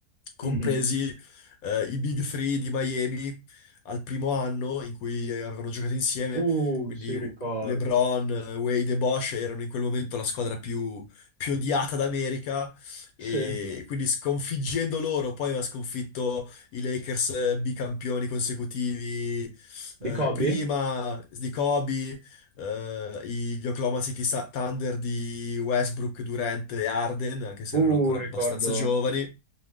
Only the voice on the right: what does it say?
Mhm.
Uh,
sì, ricordo.
Sì.
Di
Kobe?
Uh,
ricordo.